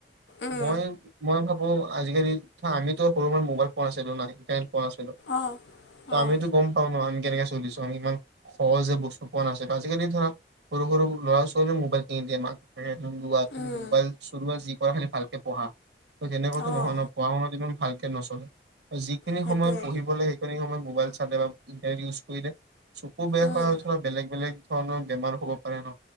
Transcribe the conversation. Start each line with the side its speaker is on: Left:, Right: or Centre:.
Left: উম
Right: মই মই ভাবো আজিকালি আমিতো সৰু পৰাই মোবাইল পোৱা নাছিলো না- পোৱা না,
Left: অঁ
Right: ত'
Left: অঁ
Right: আমিতো গম পাওঁ ন আমি কেনেকে চলিছো আমি ইমান- সহজে বস্তু পোৱা নাছিলো, আজিকালি ধৰা সৰু সৰু ল'ৰা ছোৱালীয়ো মোবাইল কিনি দিয়ে মাক- োৱা, তুমি
Left: উম
Right: মোবাইল চলোৱা যি কৰা খালি ভালকে পঢ়া তেনেকুৱাটো
Left: অঁ
Right: নহয় ন। পঢ়া শুনাত ইমান ভালকে নচলে, যিখিনি
Left: সেইটোৱে
Right: সময়ত পঢ়িব লাগে সেইখিনি সময়ত মোবাইল - তাতে বা ইণ্টাৰ ইউজ কৰিলে চকু বেয়া
Left: উম
Right: হোৱাৰ বেলেগ বেলেগ- ধৰণৰ বেমাৰ হ'ব পাৰে ন,